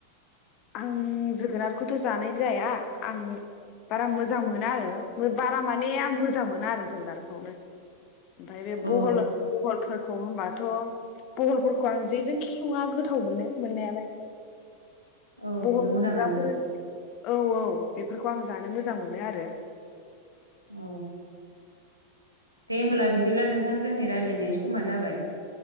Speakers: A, on the left; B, on the right.
A: आं जोगोनारखौथ' जानाय जाया आं बारा मोजां मोना आरो बारा माने आं मोजां मोना आरो जोगोनारखौनो। ओमफाय बे
B: अ
A: बहल बहल फोर खौ होनोमबाथ' बहलफोरखौ आं जेजों खि सङा गोथाव मोनो मोननायालाय।
B: <inaudible>
A: बहल
B: नंगौ
A: खुगब्राफोर
B: नामा नोंथां?
A: औ औ बेफोरखौ आं जानो मोजां मोनो आरो।
B: अ दे होमब्ला बिदिब्ला नोंथां जोंनि रायज्लायनायनि समा जाबाय